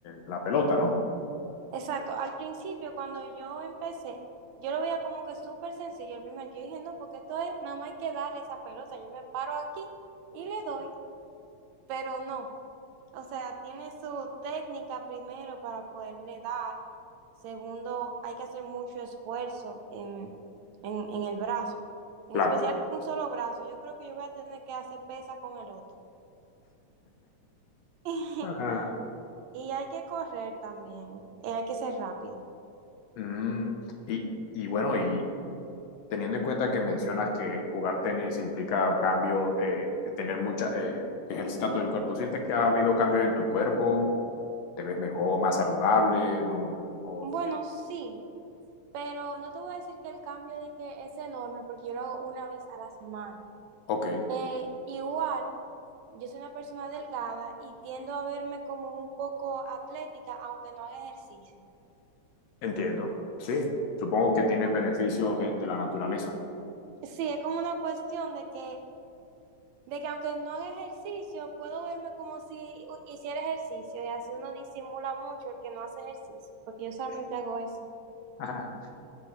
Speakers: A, on the left; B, on the right.
A: la pelota, ¿no?
B: Exacto, al principio cuando yo empecé, yo lo veía como que súper sencillo el primer día. Yo dije, no, porque esto es, nada más hay que darle esa pelota, yo me paro aquí y le doy, pero no. O sea, tiene su técnica primero para poderle dar. Segundo, hay que hacer mucho esfuerzo en, en, en el brazo. En
A: Claro.
B: especial un solo brazo. Yo creo que yo voy a tener que hacer pesa con el otro. <laughs>
A: Ajá.
B: Y hay que correr también, eh, hay que ser rápido.
A: Mm, y, y bueno, y, teniendo en cuenta que mencionas que jugar tenis implica cambio, eh, tener mucha, eh, ejercitar todo el cuerpo, ¿sientes que ha habido cambios en tu cuerpo? ¿Te ves mejor, más saludable? No, o,
B: Bueno, sí, pero no te voy a decir que el cambio de que es enorme porque yo lo hago una vez a la semana.
A: ok,
B: Eh, igual, yo soy una persona delgada y tiendo a verme como un poco atlética, aunque no haga ejercicio.
A: entiendo. Sí, supongo que tienes
B: Como-
A: beneficios eh, de la naturaleza.
B: sí, es como una cuestión de que De que aunque no haga ejercicio, puedo verme como si hu- hiciera ejercicio y así uno disimula mucho el que no hace ejercicio, porque yo solamente hago eso.
A: <laughs>